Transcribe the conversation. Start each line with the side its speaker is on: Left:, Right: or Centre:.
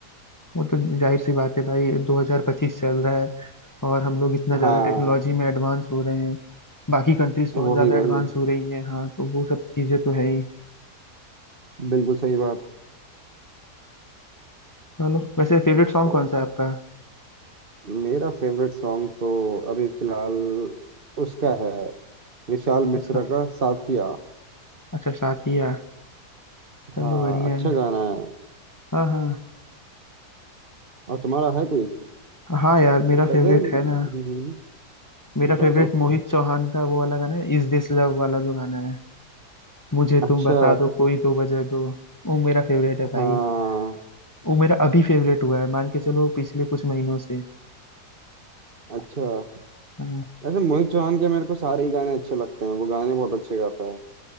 Left: वो तो जाहिर सी बात है भाई 2025 चल रहा है और हम लोग इतना ज़्यादा
Right: हाँ
Left: टेक्नोलॉजी में एडवांस हो रहे हैं बाकी कंट्रीज तो
Right: वही
Left: और ज़्यादा एडवांस
Right: वही
Left: हो रही हैं हाँ तो वो सब चीज़ें तो है ही
Right: बिल्कुल सही बात
Left: चलो वैसे फेवरेट सॉन्ग
Right: अ,
Left: कौन सा है आपका
Right: मेरा फेवरेट सॉन्ग तो अभी फिलहाल उसका है विशाल मिश्रा
Left: इसका
Right: का साथिया
Left: अच्छा साथिया चलो
Right: हाँ
Left: बढ़िया
Right: अच्छा
Left: है
Right: गाना है
Left: हाँ हाँ
Right: और तुम्हारा है कोई
Left: हाँ यार मेरा
Right: ब-
Left: फेवरेट
Right: जैसे हम्म
Left: है ना
Right: हम्म,
Left: मेरा
Right: बताओ
Left: फेवरेट
Right: बताओ
Left: मोहित चौहान का वो वाला गाना है इज दिस लव वाला जो गाना है मुझे
Right: अच्छा
Left: तुम बता दो कोई तो वजह दो वो मेरा फेवरेट है
Right: हाँ
Left: भाई वो मेरा अभी फेवरेट हुआ है मान के चलो पिछले कुछ महीनों से
Right: अच्छा
Left: हाँ
Right: ऐसे मोहित चौहान के मेरे को सारे ही गाने अच्छे लगते हैं वो गाने बहुत अच्छे गाता है